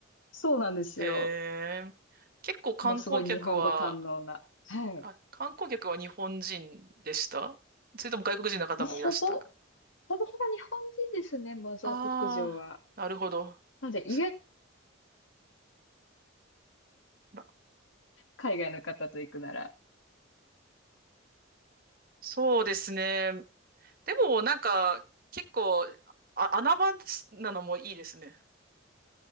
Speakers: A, on the left; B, on the right.
A: そうなんですよ。
B: へえ。結構観光客は、
A: もうすごい日本語堪能な。はい。
B: あ、観光客は日本人でしたそれとも外国人の方もいらしたか
A: もうほぼ、ほぼほぼ日本人ですね、マザー牧場は。
B: ああー、なるほど。
A: なので意外
B: そ、ま
A: 海外の方と行くなら。
B: そうですね。でもなんか結構あ、穴場なのもいいですね。